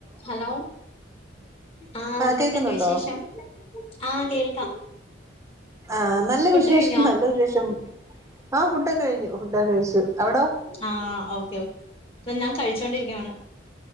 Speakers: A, on the left; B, on the right.
A: Hello ആഹ്
B: ആ
A: എന്തൊക്കെയുണ്ട്
B: കേക്കുന്നുണ്ടോ
A: വിശേഷം ആഹ് കേൾക്കാം
B: ആഹ് നല്ല
A: ഫുഡ്
B: വിശേഷം
A: കഴിഞ്ഞോ
B: നല്ല വിശേഷം ആഹ് ഫുഡൊക്കെ കഴിഞ്ഞു ഫുഡ ഒക്ക കഴിച്ചു അവിടോ
A: ആഹ് ഓക്കേ ഓക്കേ ഞാൻ കഴിച്ചോണ്ടിരിക്കുവാണ്